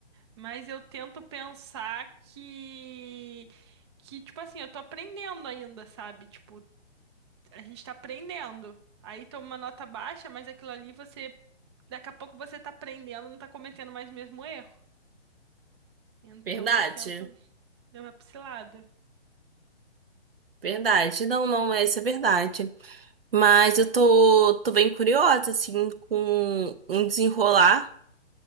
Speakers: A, on the right (about 25°); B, on the right (about 60°).
A: Mas eu tento pensar que, que, tipo assim, eu tô aprendendo ainda, sabe? Tipo, a gente tá aprendendo. Aí toma uma nota baixa, mas aquilo ali você. Daqui a pouco você tá aprendendo, não tá cometendo mais o mesmo erro.
B: <laughs>
A: Então
B: Verdade.
A: eu tento levar pra esse lado.
B: Verdade. Não, não, essa é verdade. Mas eu tô, tô bem curiosa, assim, com um desenrolar.